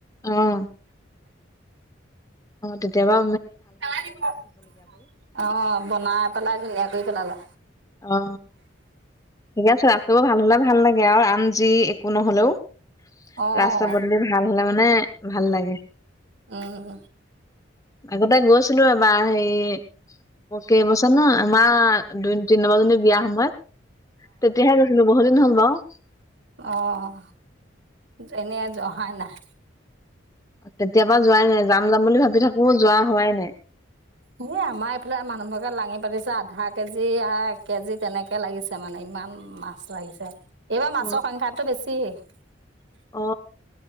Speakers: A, on the left; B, on the right.
A: অহ তেতিয়া পৰা
B: <unintelligible> অ বনাই পেলাই ধুনীয়া কৰি পেলালে।
A: অ ঠিক আছে ৰাস্তাবোৰ ভাল হলে ভাল লাগে আৰু আন যি একো নহলেও।
B: অ'
A: ৰাস্তা বদলে ভাল ন মানে ভাল লাগে।
B: উম
A: আগতে গৈছিলো এবাৰ হেৰি কেইবছৰ ন আমাৰ দু তিন নম্বৰ জনি বিয়া সময়ত তেতিয়াহে গৈছিলো বহুত দিন হ'ল ন। <inaudible>
B: অহ এনেই আজি অহাই নাই।
A: তেতিয়াবা যোৱাই নাই যাম যাম বুলি ভাবি থাকো যোৱা হোৱাই নাই।
B: এই আমাৰ এইফালে মানুহবোকে লাঙি পাতিছে আধা কেজি কেজি তেনেকে লাগিছে মানে ইমান মাছ লাগিছে। এইবাৰ মাছৰ
A: অ
B: সংখ্যাাতটো বেছি। হৈয়েই
A: অ